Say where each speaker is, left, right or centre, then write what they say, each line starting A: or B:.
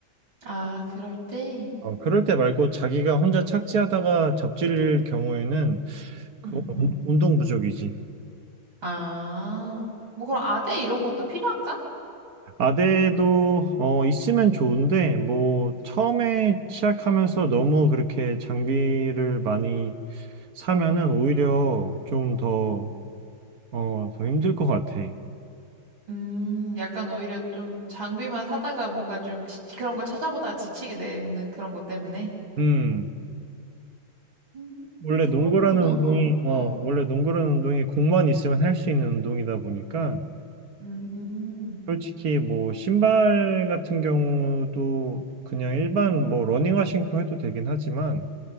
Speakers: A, on the right; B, on the right.
A: 아, 그럴 때?
B: 어, 그럴 때 말고 자기가 혼자 착지하다가 접질릴 경우에는 그건
A: 음, 음.
B: 운- 운동 부족이지.
A: 아, 뭐 그럼 아대 이런 것도 필요한가?
B: 아대도 어, 있으면 좋은데 뭐 처음에 시작하면서 너무 그렇게 장비를 많이 사면은 오히려 좀 더, 어, 더 힘들 것 같아.
A: 음, 약간 오히려 좀 장비만 사다가 뭔가 좀 지, 그런 거 찾아보다가 지치게 되는 그런 것 때문에.
B: 음.
A: 음,
B: 원래
A: 그렇구나.
B: 농구라는 운동이, 어,
A: 어.
B: 원래 농구라는 운동이 공만 있으면 할 수 있는 운동이다 보니까,
A: 음,
B: 솔직히 뭐, 신발 같은 경우도 그냥 일반 뭐, 러닝화 신고 해도 되긴 하지만,